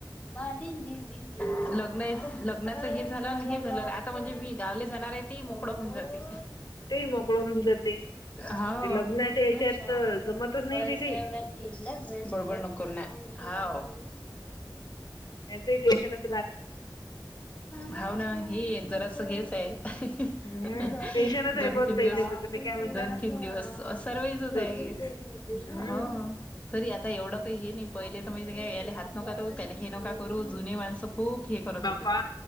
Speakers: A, on the left; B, on the left.
A: मा दि दिन दि लग्न लग्नाच हे झालं आणि हे झालं आता म्हणजे मी गावले जाणार आहे ते मोकडं होऊन जाते
B: ते मोकळ होऊन जाते.
A: हा
B: ते लग्नाच्या
A: त
B: याच्यात तर जमतच नाही
A: ओला
B: ते काही.
A: म <inaudible> बळबळ नक ना हाव <inaudible>
B: याच देश <inaudible>
A: भावना हे जरास हेच आहे
B: हम्म
A: <inaudible> दोन
B: टेन्शनच आहे पण
A: तीन
B: ताई
A: दिवस
B: त्याचं तुम्ही काय म्हणता.
A: दोन तीन दिवस सरवाईचच
B: दोन
A: आहे
B: तीन
A: <inaudible>
B: हम्म
A: हा. तरी आता एवढं काही हे नाही पहिले तर म याला हात नका करू त्याला हे नका करू जुने माणसं खूप हे करत
B: बापा
A: होते